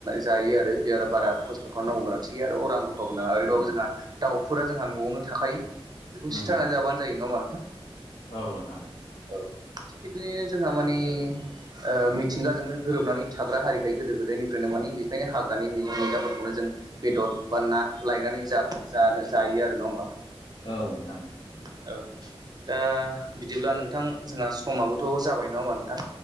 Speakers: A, on the right (about 40°); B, on the left (about 65°).
A: जायो आरो बिराद बारा खस्थ' खालामनांगौ गोन आरो थिायो आरो अरां रु ओरैाबो
B: नंगौ
A: जोंहा दाउफोरा जोंहा न'आवनो थाखायो बेखौ
B: नंगौ
A: सिथारनानै जाबानो जायो नङा हामा नोंथां
B: औ नोंथां
A: औ थिग बिदिनोनो जोंहा मानिे ओ मिथिंगाजोंनो गोरोबनानै थाग्रा हारिखाय गोदो गोदायनिफ्रायनो मानि बेखायनो हाग्रानि मैगं मैगाफोरखौनो जों बेदर बा ना लायनानै जानो जायो आरो नङा होम्बा।
B: औ नोंथां।
A: औ। दा बिदिब्ला नोंथां जोंहा समाबोथ' जाबाय न' होम्बा नोंथां